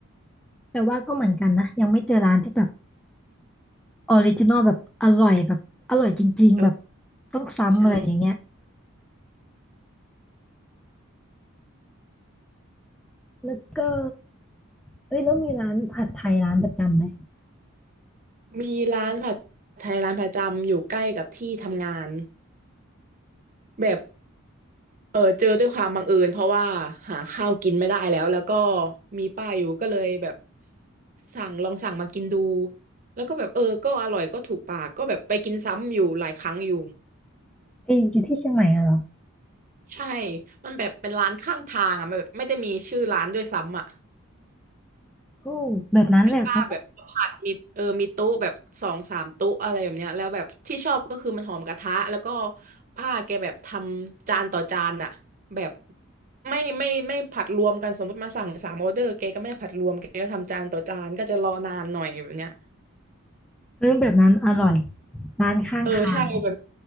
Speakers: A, in the centre; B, on the right.
A: แต่ว่าก็เหมือนกันนะยังไม่เจอร้านที่แบบออริจินอลแบบอร่อยแบบอร่อยจริงๆแบบ
B: เออ
A: ต้องซ้ำอะไรอย่างเงี้ย
B: ใช่
A: แล้วก็เอ้ยแล้วมีร้านผัดไทยร้านประจำไหม
B: มีร้านผัดไทยร้านประจำอยู่ใกล้กับที่ทำงานแบบเออเจอด้วยความบังเอิญเพราะว่าหาข้าวกินไม่ได้แล้วแล้วก็มีป้ายอยู่ก็เลยแบบสั่งลองสั่งมากินดูแล้วก็แบบเออก็อร่อยก็ถูกปากก็แบบไปกินซ้ำอยู่หลายครั้งอยู่
A: เอ้ยอยู่ที่เชียงใหม่อะเหรอ
B: ใช่ มันแบบเป็นร้านข้างทางอ่ะมันแบบไม่ได้มีชื่อร้านด้วยซ้ำอ่ะ
A: โอ้แบบนั้นแหละเขา
B: เป็นป้าแบบผัดมีเออมีโตู้แบบสองสามโตู้อะไรแบบเนี้ยแล้วแบบที่ชอบก็คือมันหอมกระทะแล้วก็ป้าแกแบบทำจานต่อจานอ่ะแบบไม่ไม่ไม่ผัดรวมกันสมมติมาสั่งสามออเดอร์แกก็ไม่ได้ผัดรวมแกก็ทำจานต่อจานก็จะรอนานหน่อยแบบเนี้ย
A: เออแบบนั้นอร่อยร้านข้างทาง
B: เออใช่แบบ